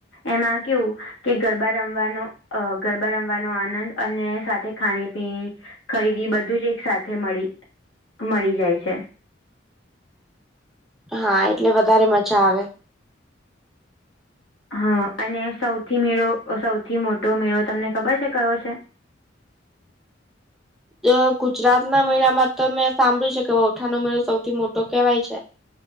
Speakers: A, on the left; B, in the centre.
A: એમાં કેવું કે ગરબા રમવાનો અ ગરબા રમવાનો આનંદ અને સાથે ખાણી પીણી ખરીદી બધું જ એક સાથે મળી મળી જાય છે.
B: હા એટલે વધારે મજા આવે
A: હા અને સૌથી મેળો સૌથી મોટો મેળો તમને ખબર છે કયો છે?
B: જો ગુજરાત ના મેળામાં તો મેં સાંભળ્યું છે કે વૌવઠાનો મેળો સૌથી મોટો કેહેવાય છે.